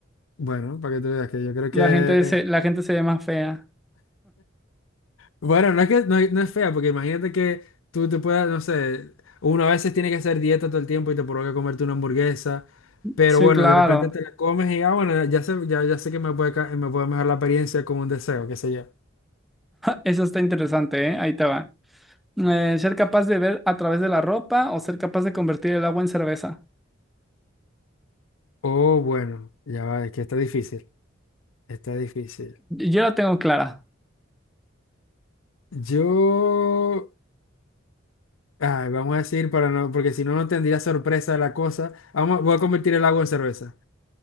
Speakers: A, on the left; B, in the centre.
A: Bueno, para que tú veas que yo creo
B: La
A: que... eh,
B: gente se, la
A: <laughs>
B: gente se ve más fea.
A: Bueno, no es que no, no es fea, porque imagínate que tú te puedas, no sé, uno a veces tiene que hacer dieta todo el tiempo y te provoca comerte una hamburguesa, pero
B: Sí,
A: bueno,
B: claro.
A: de repente te la comes y ah, bueno, ya sé, ya, ya sé que me puede, ca- me puede mejorar la experiencia con un deseo, qué sé yo.
B: Eso está interesante, ¿eh? Ahí te va. Eh, ¿ser capaz de ver a través de la ropa o ser capaz de convertir el agua en cerveza?
A: Oh, bueno, ya va, es que está difícil, está difícil.
B: Yo la tengo clara.
A: Yo, ay, vamos a decir para no, porque si no, no tendría sorpresa la cosa. Vamos, voy a convertir el agua en cerveza.